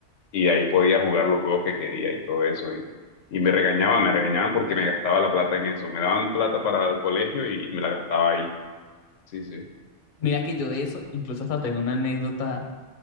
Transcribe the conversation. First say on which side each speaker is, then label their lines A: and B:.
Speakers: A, on the left; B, on the left.
A: y ahí podía jugar los juegos que quería y todo eso. Y, y me regañaban, me regañaban porque me gastaba la plata en eso. Me daban plata para el colegio y me la gastaba ahí. Sí, sí.
B: Mira que yo de eso, incluso hasta tengo una anécdota